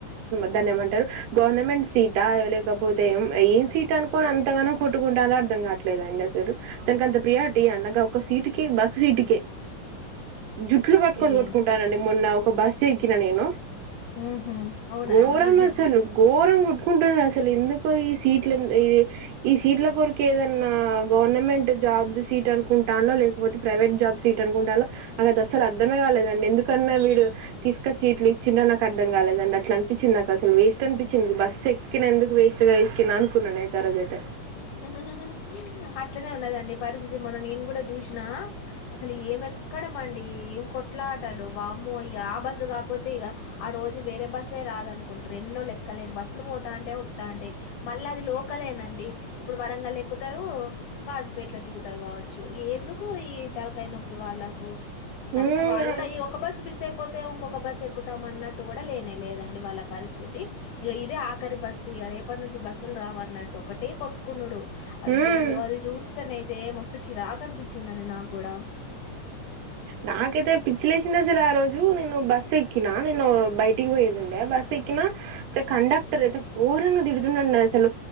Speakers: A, on the right (about 75°); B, on the left (about 70°).
A: దాని ఏమంటారు. గవర్నమెంట్ సీటా లేకపోతే ఏం సీట్ అను ని అంతగానో కొట్టుకుంటాలో అర్థం కావట్లేదండి. అసలు దాక అంత ప్రియారిటీ అండగా ఒక సీటుకే బస్ సీటుకే. జుట్లు పట్టుకొని
B: ఏ
A: కొట్టుకుంటానరండి మొన్న ఒక బస్ చేకి నన్నేను
B: ఉహు అవునా
A: ఘోరం
B: అండి
A: అసలు ఘోరం కొట్టుకుంటున్నారు అసలు ఎందుకు. ఇ ఈ సీట్ ఈ ఈ సీట్ల కొరిక ఏదన్నా గవర్నమెంట్ జాబ్ సీట్ అనుకుంటాన లేకపోతే, ప్రైవేట్ జాబ్ సీట్ అనుకుంటాలో అకతే అసలు అర్థమే కాలేదండి. ఎందుకన్నా వీడు తీసుక సీట్లు ఇచ్చినా నాకు అర్థం కాలేదండి. అట్లా అనిపించింది నాకు, అసలు వేస్ట్ అనిపించింది బస్సు ఎక్కిన ఎందుకు వేస్ట్ గా ఇ అనుకున్నానుయితే తరజతే
B: హుహ్హ్ అట్లనే ఉన్నదండి పరిస్థితి మనం నేను కూడా చూసినా అసలు ఏం ఎక్కడమ్ అండి ఏం కొట్లాటలు వామ్మో ఇక ఆ బస్సు కాకపోతే ఇక ఆ రోజు వేరే బస్సే రాదనుకుంటారు. ఎన్నో లెక్కలేను బస్సులు పోతాంటే వత్తా అంటే మళ్ళీ అది లోకలేనండి. ఇప్పుడు వరంగల్ ఎక్కుతారు. కాజుపేట్ల దిగుతారు కావచ్చు ఎందుకు ఈ తరకాయ నొప్పి వాళ్ళకు.
A: హ్మ్
B: కనీసం వాళ్ళు కూడా ఈ ఒక్క బస్సు మిసే పోతే ఇంకొక బస్సు ఎక్కుతామ అన్నట్టు కూడా లేనే లేదండి. వాళ్ళ పరిస్థితి ఇక ఇదే ఆఖరి బస్సు ఇక రేపటి నుంచి బస్సులు రావ అన్నట్టు ఒకటే కొ కునుడు అయ్య
A: హ్మ్
B: అయ్యో అది చూ వని అయితే మస్తు చిరాగా అనిపించిందండి నాకు కూడా
A: నాకైతే పిచ్చిలే లేసింది అసలు. ఆ రోజు నేను బస్ ఎక్కినా నేను బయటికి పోయేదిండే బస్సు ఎక్కినా అతే కండక్టర్ అయితే ఘోరంగా తిడుతున్నాండి. అసలు